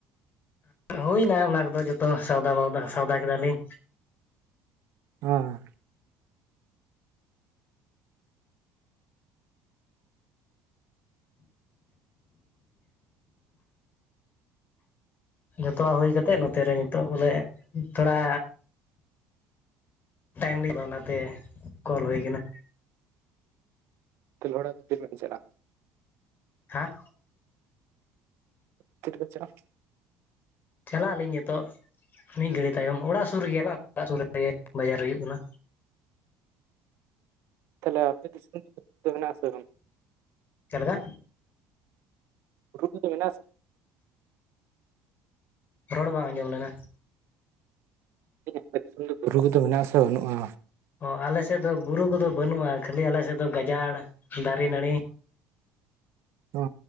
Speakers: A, on the left (about 45°); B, on the right (about 60°).
A: ᱦᱩᱭᱱᱟ ᱚᱱᱟ ᱠᱚᱫᱚ ᱡᱚᱛᱚ ᱥᱣᱫᱟ ᱵᱟᱣᱫᱟ ᱥᱟᱣᱫᱟ ᱠᱮᱫᱟᱞᱤᱧ
B: ᱦᱮᱸ᱾
A: <inaudible> ᱡᱷᱚᱛᱚᱣᱟᱜ ᱦᱩᱭ ᱠᱟᱛᱮ ᱱᱚᱛᱮ ᱨᱮ ᱱᱤᱛᱚᱜ ᱵᱚᱞᱮ ᱛᱷᱚᱲᱟ ᱴᱟᱭᱤᱢ ᱞᱤᱧ ᱧᱟᱢᱟ ᱚᱱᱟᱛᱮ ᱠᱚᱞ ᱦᱩᱭ ᱠᱟᱱᱟ
B: ᱛᱟᱦᱞᱮ ᱚᱲᱟᱜ ᱫᱚ ᱛᱤᱨᱮ ᱵᱮᱱ ᱪᱟᱞᱟᱜᱼᱟ
A: ᱦᱮᱸ
B: ᱛᱤ ᱨᱤᱵᱤᱱ ᱪᱟᱞᱟᱜᱼᱟ
A: ᱪᱟᱞᱟᱜ ᱟᱹᱞᱤᱧ ᱱᱤᱛᱚᱜ ᱢᱤᱫ ᱜᱷᱟᱹᱲᱤᱡ ᱛᱟᱭᱚᱢ ᱚᱲᱟᱜ ᱥᱩᱨ ᱨᱮᱜᱮ ᱵᱟᱝ ᱚᱲᱟᱜ ᱥᱩᱨ ᱨᱮᱜᱮ ᱵᱟᱡᱟᱨ ᱦᱩᱭᱩᱜ ᱠᱟᱱᱟ
B: ᱛᱟᱦᱚᱞᱮ ᱟᱯᱮ ᱫᱤᱥᱚᱢ ᱨᱮ ᱫᱚ ᱵᱤᱨ ᱫᱚ ᱢᱮᱱᱟᱜᱼᱟ ᱥᱮ ᱵᱟᱝ
A: ᱪᱮᱫ ᱞᱮᱠᱟ
B: <unintelligible> ᱫᱚ ᱢᱮᱱᱟᱜᱼᱟ ᱥᱮ
A: ᱨᱚᱲ ᱵᱟᱝ ᱟᱸᱡᱚᱢ ᱞᱮᱱᱟ
B: ᱟᱯᱮ ᱫᱤᱥᱚᱢ ᱫᱚ ᱵᱩᱨᱩ ᱠᱚᱫᱚ ᱢᱮᱱᱟᱜᱼᱟ ᱥᱮ ᱵᱟᱹᱱᱩᱜᱼᱟ
A: ᱚ ᱟᱞᱮ ᱥᱮᱫ ᱫᱚ ᱵᱩᱨᱩ ᱠᱚᱫᱚ ᱵᱟᱹᱱᱩᱜᱼᱟ ᱠᱷᱟᱹᱞᱤ ᱟᱞᱮ ᱥᱮᱫ ᱫᱚ ᱜᱟᱡᱟᱲ ᱫᱟᱨᱮ ᱱᱟᱹᱲᱤ
B: ᱚ